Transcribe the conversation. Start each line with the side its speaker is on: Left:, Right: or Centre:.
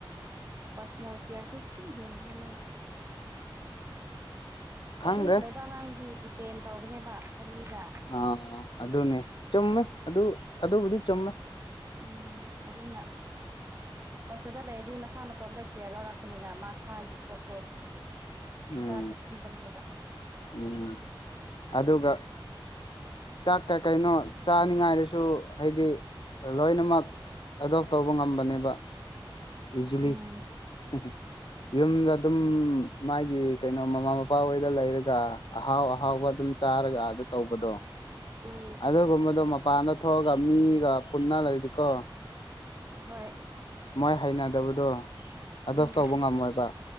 Right: ꯄꯥꯔꯁꯣꯅꯦꯜ ꯀꯦꯌꯔꯁꯨ ꯊꯤ ꯍꯦꯟꯕꯅꯦ ꯃꯣꯏꯅ
Left: ꯈꯪꯗ꯭ꯔꯦ
Right: ꯌꯨꯝꯗ ꯂꯩꯕ ꯑꯉꯥꯡꯗꯤ ꯗꯤꯄꯦꯟ ꯇꯧꯕꯅꯦꯕ ꯐꯦꯃꯤꯂꯤꯗ
Left: ꯑ ꯑꯗꯨꯅꯦ ꯆꯨꯝꯃꯦ ꯑꯗꯨ ꯑꯗꯨꯕꯨꯗꯤ ꯆꯨꯝꯃꯦ
Right: ꯎꯝ ꯑꯗꯨꯅ ꯍꯣꯁꯇꯦꯜꯗ ꯂꯩꯔꯗꯤ ꯃꯁꯥ ꯃꯇꯣꯝꯇ ꯀꯦꯌꯔ ꯂꯧꯔꯛꯄꯅꯤꯅ ꯃꯥꯁꯥꯒꯤ ꯄꯣꯠꯇꯣ
Left: ꯎꯝ
Right: ꯈꯔ ꯆꯦꯛꯁꯤꯟꯕꯅꯦꯕ
Left: ꯎꯝ ꯑꯗꯨꯒ ꯆꯥꯛꯀ ꯀꯩꯅꯣ ꯆꯥꯅꯤꯡꯉꯥꯏꯗꯨꯁꯨ ꯍꯥꯏꯗꯤ ꯂꯣꯏꯅꯃꯛ ꯑꯗꯣꯞ ꯇꯧꯕ ꯉꯝꯕꯅꯦꯕ <unintelligible>
Right: ꯎꯝ
Left: ꯌꯨꯝꯗ ꯑꯗꯨꯝ ꯃꯥꯒꯤ ꯀꯩꯅꯣ ꯃꯃꯥ ꯃꯄꯥ ꯍꯣꯏꯗ ꯂꯩꯔꯒ ꯑꯍꯥꯎ ꯑꯍꯥꯎꯕ ꯑꯗꯨꯝ ꯆꯥꯔꯒ ꯑꯗꯥ ꯇꯧꯕꯗꯣ
Right: ꯎꯝ
Left: ꯑꯗꯨꯒꯨꯝꯕꯗꯣ ꯃꯄꯥꯟꯗ ꯊꯣꯛꯑꯒ ꯃꯤꯒ ꯄꯨꯟꯅ ꯂꯩꯔꯗꯤꯀꯣ
Right: ꯍꯣꯏ
Left: ꯃꯣꯏ ꯍꯩꯅꯗꯕꯗꯣ ꯑꯗꯣꯞ
Right: ꯎꯝ
Left: ꯇꯧꯕ ꯉꯝꯃꯣꯏꯕ